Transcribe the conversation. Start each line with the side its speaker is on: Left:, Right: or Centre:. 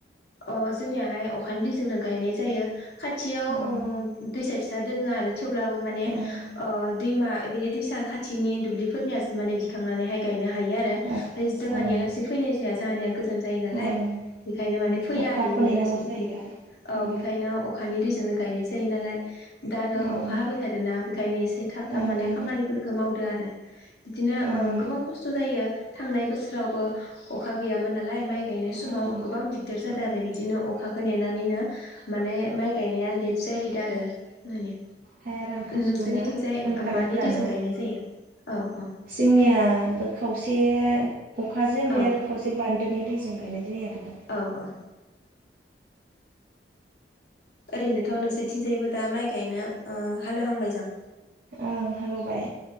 Left: अ जोंनियाहाय अखानि दैजोंनो गायनाय जायो खा थियाव
Right: ओं
Left: ओ दुइसाय। फिसा दोङो आरो। थेवब्लाबो माने
Right: ओं
Left: ओ दैमा बे दैसा खाथिनि दुब्लिफोरनियासो माने दिखांनानैहाय गायनो। हायो आरो
Right: ओं
Left: जोंहानिलासि
Right: ओं
Left: फैनाय जाया जोंहानिया गोजान जायो नालाय
Right: ओं
Left: बेखायनो माने। फैया
Right: अखाखौ
Left: आरो इदिया
Right: नेनांगौ
Left: लासै
Right: जायो
Left: ओ
Right: ओं
Left: बेखायनो अखानि दै जोंनो गायनाय जायो नालाय दा आरो
Right: ओं
Left: अखा हाबाय थादोंना बेखायनो एसे थाब थाब
Right: ओं
Left: माने खामानिफोरखौ मावदो आरो बिदिनो
Right: ओं
Left: ओ गोबां खस्थ' जायो। थांनाय बोसोरावबो। अखा गैयामोन नालाय माइ गायनाय
Right: ओं
Left: समाव गोबां । दार जादों
Right: ओं
Left: आरो बिदिनो अखाखौ नेनानैनो माने माइ गायनाया लेट जाहैदों आरो माने।
Right: हाया रानखावजोबोना
Left: नोंसोरनिथिंजाय
Right: मोनखानायफोरानो
Left: मानि दैजों गायनाय जायो? औ औ
Right: जोंनियाबो खावसे। से अखाजों ओमफ्राय
Left: औ
Right: आरो खावसे बान्दोनि दैजों गायनाय जायो आरो दा
Left: औ औ ओ ओरैनोथ' नोंसोरथिंजायबो दा माइ गायनो ओ हालेवहांबाय जां
Right: ओं हालेबाय